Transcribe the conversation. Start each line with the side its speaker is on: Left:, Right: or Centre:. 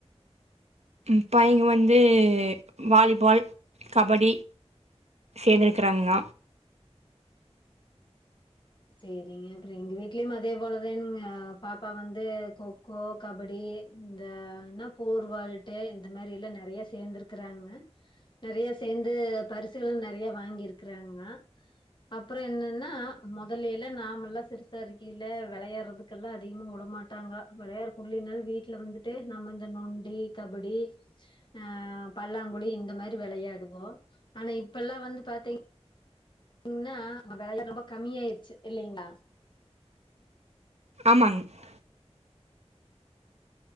Right: ம் பையங்க வந்து வாலிபால் கபடி சேந்துருக்கிறாங்கோ
Left: சேரிங்க அப்புற எங்க வீட்லயும் அதே போல தான்ங்க பாப்பா வந்து கோ கோ கபடி இந்த என்னா ஃபோர் வாழ்ட்டு இந்த மாதிரில்லா நிறைய சேர்ந்தருக்கறாங்க நிறைய சேர்ந்து பரிசுகளு நறைய வாங்கிருக்கிறாங்க அப்புற என்னன்னா முதல்லல்ல நாம எல்லா சிறுசா இருக்கையில விளையாடுறதுக்கெல்லா அதிகமா வுடமாட்டாங்க விளையாடு உள்ளி நாலு வீட்டுல வந்துட்டு நம்ம இந்த நொண்டி கபடி ஆ பல்லாங்குழி இந்த மாரி விளையாடுவோ ஆனா இப்பல்லா வந்து பாத்தீங் ன்னா விளையா ரொம்ப கம்மி ஆயிருச்சு இல்லலைங்களா
Right: ஆமாங்க